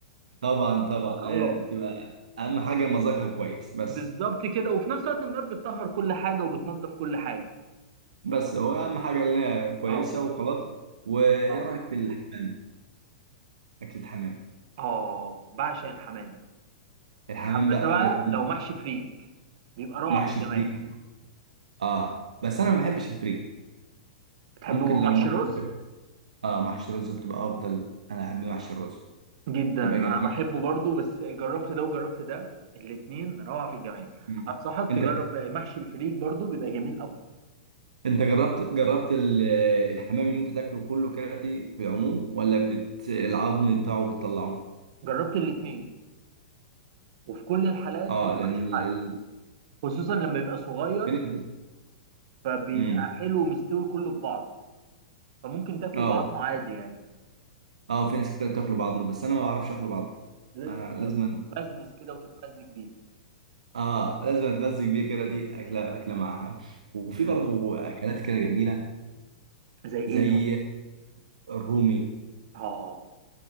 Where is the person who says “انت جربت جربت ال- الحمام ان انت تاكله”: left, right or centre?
Right